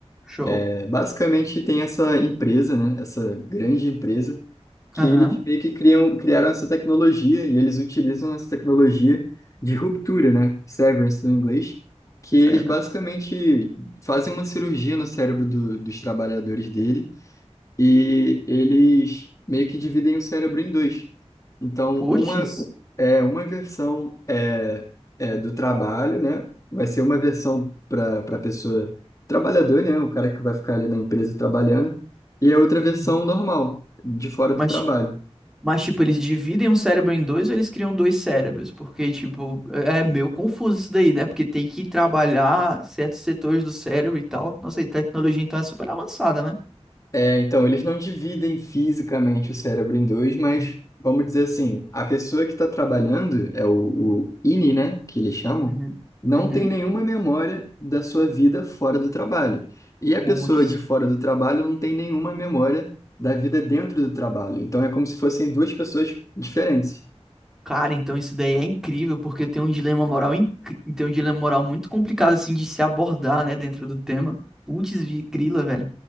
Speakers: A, in the centre; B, on the left (about 30°).
A: Show.
B: É, basicamente tem essa empresa, né? Essa grande empresa que
A: Aham.
B: eles meio que criam, criaram essa tecnologia e eles utilizam essa tecnologia de ruptura, né? Severance no inglês, que
A: Severance.
B: eles basicamente fazem uma cirurgia no cérebro do- dos trabalhadores dele e eles meio que dividem o cérebro em dois. Então,
A: Puts.
B: uma é uma versão é, é do trabalho, né? Vai ser uma versão para para pessoa trabalhador, né? O cara que vai ficar ali na empresa trabalhando, e a outra versão
A: Uhum.
B: normal, de fora
A: Mas,
B: do trabalho.
A: mas, tipo, eles dividem um cérebro em dois ou eles criam dois cérebros? Porque, tipo, é é meio confuso isso daí, né? Porque tem que trabalhar certos setores do cérebro e tal. Nossa, e tecnologia então é super avançada, né?
B: É, então, eles não dividem fisicamente o cérebro em dois, mas
A: Uhum.
B: vamos dizer assim, a pessoa que está trabalhando, é o, o INI, né, que eles chamam,
A: Uhum.
B: não
A: Uhum.
B: tem nenhuma memória da sua vida fora do trabalho. E a pessoa
A: Puts.
B: de fora do trabalho não tem nenhuma memória da vida dentro do trabalho. Então é como se fossem duas pessoas diferentes.
A: Cara, então isso daí é incrível, porque tem um dilema moral, incri- tem um dilema moral muito complicado, assim, de se abordar, né, dentro do tema. Putz, vi- grila, velho.